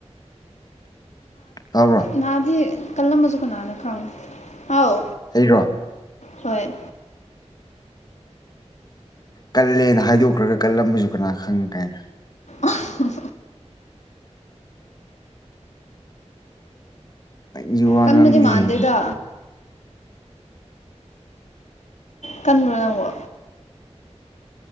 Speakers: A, on the left; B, on the left.
A: ꯇꯥꯕ꯭ꯔꯣ
B: ꯅꯍꯥꯗꯤ ꯀꯂꯝꯕꯁꯨ ꯀꯅꯥꯅꯣ ꯈꯪ ꯑꯥꯎ
A: ꯍꯩꯔꯣ
B: ꯍꯣꯏ
A: ꯀꯜꯂꯦꯅ ꯍꯥꯏꯗꯣꯛꯈ꯭ꯔꯒ ꯀꯜꯂꯝꯃꯁꯨ ꯀꯅꯥ ꯈꯪ ꯀꯥꯏꯅ
B: ꯎ
A: ꯅꯪꯁꯨ ꯋꯥ
B: ꯀꯟꯕꯨꯗꯤ
A: ꯉꯥꯡꯕꯗꯤ
B: ꯃꯥꯥꯟꯗꯦꯗ
A: ꯍꯩꯅꯦ
B: ꯀꯟꯕꯗꯕꯣ